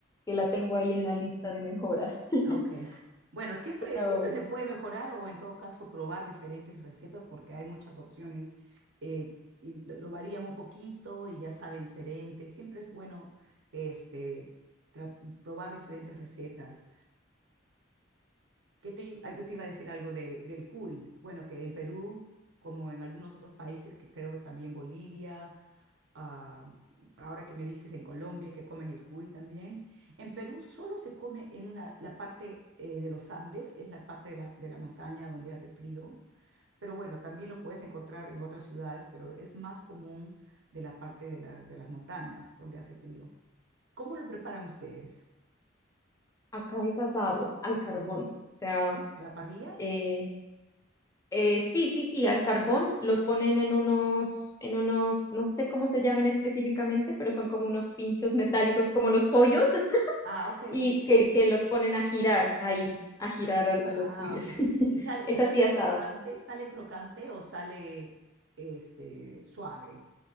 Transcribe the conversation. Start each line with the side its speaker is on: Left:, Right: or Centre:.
Left: que la tengo ahí en la lista de mejoras. <laughs>
Right: Okay, Bueno, siempre,
Left: Pero
Right: siempre se puede mejorar o en todo caso probar diferentes recetas porque hay muchas opciones eh, y lo, lo varían un poquito y ya sabe diferente. Siempre es bueno este, tra- probar diferentes recetas. ¿Qué te, i- ah, yo te iba a decir algo de, del cuy. Bueno, que en Perú, como en algunos otros países, que creo que también Bolivia, ah, ahora que me dices en Colombia que comen el cuy también, en Perú solo se come en una, la parte eh, de los Andes, que es la parte de la, de la montaña donde hace frío, pero bueno, también lo puedes encontrar en otras ciudades, pero es más común de la parte de, la- de las montañas donde hace frío. ¿Cómo lo preparan ustedes?
Left: acá es asado al carbón. O sea,
Right: ¿A la parrilla?
Left: eh, Eh, sí, sí, sí, al carbón lo ponen en unos, en unos, no sé cómo se llaman específicamente, pero son como unos pinchos metálicos, como los pollos, <laughs>
Right: Ah, ok,
Left: y
Right: ok.
Left: que, que los ponen a girar ahí, a girar a, a los
Right: Ah,
Left: cuyes.
Right: ok.
Left: <laughs>
Right: ¿Y sale,
Left: Es
Right: y sale
Left: así asado,
Right: crocante? ¿Sale crocante o sale este suave?